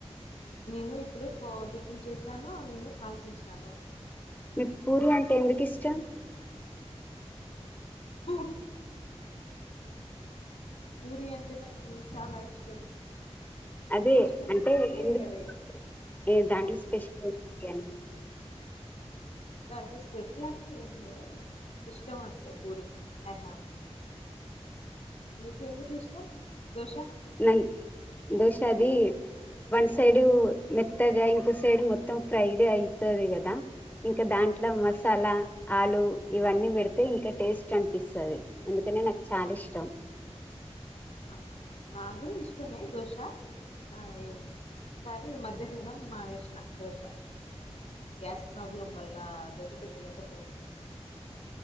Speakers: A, on the left; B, on the left.
A: నేను ఇప్పుడే ఫ టిఫిన్ చేశాను నేను కాల్ చేశాను
B: మీకు పూరి అంటే ఎందుకు ఇష్టం
A: హు ఉ పూరి అంటే నాకు చాలా ఇష్టం
B: అదే
A: ఎందుకు ఇష్టం
B: అంటే ఎందుకు
A: అది
B: దాంట్లో స్పెషల్ బిర్యానీ
A: దాంట్లో స్పెషల్ అంటే ఏం లే ఇష్టం అంతే పూరి ఐ హావ్ నీకు ఎందుకు ఇష్టం దోశ
B: నాకు దోశ అది వన్ సైడ్ మెత్తగా, ఇంకో సైడ్ మొత్తం ఫ్రైడ్ అయితది కదా, ఇంకా దాంట్లో మసాలా ఆలు ఇవన్నీ పెడితే, ఇంకా టేస్ట్ అనిపిస్తది. అందుకనే నాకు చాలా ఇష్ టం
A: ఆ నాలుగు ఇష్టమే దోశ ఆ ఏం సారి మధ్యాహ్నం మానేేసినా దోశ గ్యాస్ ప్రాబ్లమ్ వల్ల దొస తిన్లే సపోర్ట్ ఉన్నా నేను